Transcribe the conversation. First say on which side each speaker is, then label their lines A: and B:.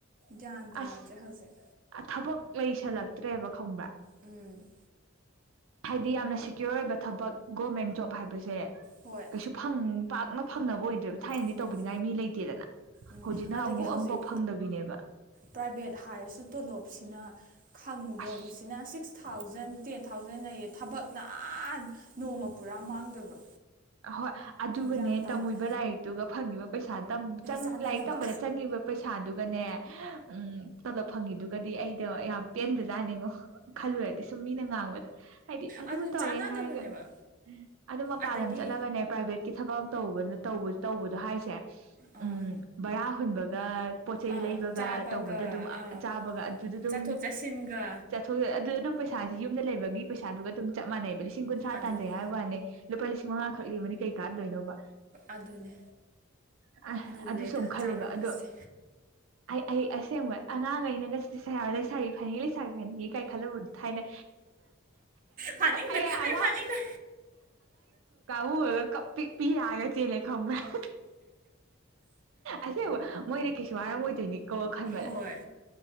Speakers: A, on the right; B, on the right.
A: ꯒ꯭ꯌꯥꯟ ꯇꯥꯗ꯭ꯔꯦ
B: ꯑꯁ
A: ꯍꯧꯖꯤꯛ
B: ꯊꯕꯛ ꯂꯩꯁꯜꯂꯛꯇ꯭ꯔꯦꯕ ꯈꯪꯕ꯭ꯔꯥ
A: ꯎꯝ
B: ꯍꯥꯏꯗꯤ ꯌꯥꯝꯅ ꯁꯤꯦꯀ꯭ꯌꯣꯔ ꯑꯣꯏꯕ ꯊꯕꯛ ꯒꯣꯔꯃꯦꯟ ꯖꯣꯕ ꯍꯥꯏꯕꯁꯦ
A: ꯍꯣꯏ
B: ꯀꯩꯁꯨ ꯐꯪ ꯄꯥꯛꯅ ꯐꯪꯅꯕ ꯑꯣꯏꯗ꯭ꯔꯦꯕ ꯊꯥꯏꯅꯗꯤ
A: ꯎꯝ
B: ꯇꯧꯕꯤꯅꯤꯉꯥꯏ ꯃꯤ ꯂꯩꯇꯦꯗꯅ
A: ꯎꯝ
B: ꯍꯧꯖꯤꯛꯅ
A: ꯑꯗꯒꯤ
B: ꯑꯃꯨꯛ
A: ꯍꯧꯖꯤꯛ
B: ꯑꯃꯐꯥꯎ ꯐꯪꯗꯕꯤꯅꯦꯕ
A: ꯄ꯭ꯔꯥꯏꯚꯦꯠ ꯍꯥꯏꯔꯁꯨ ꯇꯣꯂꯣꯞꯁꯤꯅ ꯈꯪꯉꯨꯕꯕꯁꯤꯅ
B: ꯑꯁ
A: ꯁꯤꯁ ꯊꯥꯎꯖꯟ ꯇꯦꯟ ꯊꯥꯎꯖꯟ ꯅꯌꯦ ꯊꯕꯛꯅꯍꯥꯟ ꯅꯣꯡꯃ ꯄꯨꯔꯥ ꯃꯥꯡꯗꯣꯏꯕ
B: ꯍꯣꯏ ꯑꯗꯨꯒꯅꯦ
A: ꯒ꯭ꯌꯥꯟ ꯇꯥꯗꯦ
B: ꯇꯝꯃꯣꯏꯕ ꯂꯥꯏꯔꯤꯛꯇꯨꯒ ꯐꯪꯉꯤꯕ ꯄꯩꯁꯥ
A: ꯆꯥꯟꯅꯗꯕ
B: ꯂꯥꯏꯔꯤꯛ ꯇꯝꯕꯗ ꯆꯪꯉꯤꯕ ꯄꯩꯁꯥꯗꯨꯒꯅꯦ ꯎꯝ ꯇꯂꯞ ꯐꯪꯉꯤꯗꯨꯒꯗꯤ ꯑꯩꯗꯣ ꯌꯥꯝ ꯄꯦꯟꯕꯖꯥꯠꯅꯤꯡꯉꯣ ꯈꯜꯂꯨꯔꯗꯤ ꯁꯨꯝ ꯃꯤꯅ ꯉꯥꯡꯕꯗ ꯍꯥꯏꯗꯤ ꯑꯗꯨ
A: ꯑꯗꯨꯅ
B: ꯇꯧꯔꯦ
A: ꯆꯥꯟꯅꯗꯕꯅꯦꯕ
B: ꯍꯥꯏꯔꯒ ꯑꯗꯨ ꯃꯄꯥꯜ
A: ꯑꯗꯒꯤ
B: ꯂꯝ ꯄ꯭ꯔꯥꯏꯚꯦꯠꯀꯤ ꯊꯕꯛ ꯑꯃ ꯇ ꯇꯧꯕꯗꯣ ꯍꯥꯏꯁꯦ
A: ꯑꯥ
B: ꯎꯝ ꯔ ꯑꯟ ꯒ ꯄꯣꯠ ꯆꯩꯩ
A: ꯑꯥ
B: ꯂꯩꯕꯒ
A: ꯆꯥꯕꯒ
B: ꯇꯧꯕꯗ ꯑꯗꯨꯝ
A: ꯑꯥ
B: ꯆꯥꯕꯒ ꯑꯗꯨꯗ ꯑꯗꯨꯝ
A: ꯆꯠꯊꯣꯛ ꯆꯠꯁꯤꯟꯒ
B: ꯆꯠꯊꯣꯛ ꯑꯗꯨꯗ ꯑꯗꯨꯝ ꯄꯩꯁꯥ ꯌꯨꯝꯗ ꯂꯩꯕꯒꯤ ꯄꯩꯁꯥꯗꯨꯒ ꯑꯗꯨꯝ ꯆꯞ ꯃꯥꯟꯩꯕꯗꯤ ꯁꯤꯡꯨ ꯁꯥꯥ
A: ꯑꯗꯨꯅꯤ
B: ꯇꯥꯟꯖꯦ ꯍꯥꯏꯕ ꯋꯥꯅꯦ ꯄꯂꯤꯁꯤꯃꯉ ꯈꯛꯂꯤꯕꯅꯤ ꯀꯩ ꯀꯥꯟꯅꯗꯣꯏꯅꯣꯕ
A: ꯑꯗꯨꯅꯦ
B: ꯑ
A: ꯂꯨꯔꯦꯗ
B: ꯑꯗꯨꯁꯨ ꯑꯃꯨꯛ ꯈꯜꯂꯦꯕ
A: ꯆꯥꯎꯔꯛꯄꯁꯦ
B: ꯑꯗꯣ ꯑꯩ ꯑꯩ ꯑꯁꯦꯡꯕ ꯑꯉꯥꯡꯉꯩꯅꯒ ꯁꯤ ꯁꯕ ꯂꯩꯁꯥꯕꯤ ꯐꯅꯤꯡꯉꯤ ꯂꯩꯁꯥꯕꯤ ꯐꯅꯤꯡꯉꯤ ꯀꯥꯏ ꯈꯜꯂꯨ ꯊꯥꯏꯅ
A: ꯐꯅꯤꯗ
B: ꯑꯩ
A: ꯑ
B: ꯑꯉꯥꯡ
A: ꯐꯅꯤꯗ
B: ꯒ ꯀ ꯄꯤꯔꯑꯒ ꯆꯦꯂ ꯈꯝꯕꯔ ꯑꯁꯦꯕ ꯃꯣꯏꯗꯤ ꯀꯩꯁꯨ ꯋꯥꯔꯝꯃꯣꯏꯗꯣꯏꯅꯤꯀꯣ ꯈꯟꯕꯗ
A: ꯍꯣꯏ